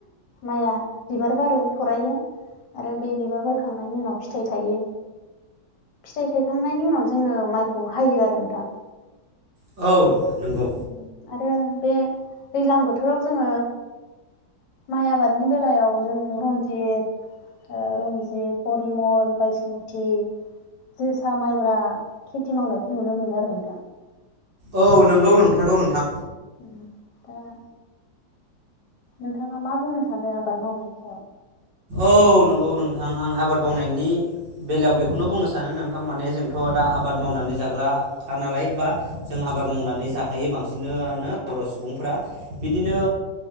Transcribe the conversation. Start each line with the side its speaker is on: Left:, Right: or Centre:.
Left: माइया बिबार बारो थरायो आरो बे बिबार बखांनायनि उनाव फिथाइ थायो। फिथाइ थायखांनायनि उनाव जोङो माइखौ हायो आरो नोंथां।
Right: औ नंगौ
Left: ओम आरो बे दैज्लां बोथोराव जोङो माइ आबादनि बेलायाव जों रन्जित ओ रन्जित, परिमल बायसमुथि जोसा, माइब्रा खेथि मावनायखौ नुनो मोनो आरो नोंथां।
Right: औ नंगौ नोंथारगौ नोंथां।
Left: ओम दा नोंथाङा मा बुंनो सानो आबाद मावनायनि सायाव?
Right: औ नंगौ नोंथां आं आबाद मावनायनि बेलायाव बेखौनो बुंनो सानो नोंथां माने जोंथ' दा आबाद मावनानै जाग्राखानालाय बा जों आबाद मावनानै जाखायो बांसिनो आनो बर' सुबुंफ्रा बिदिनो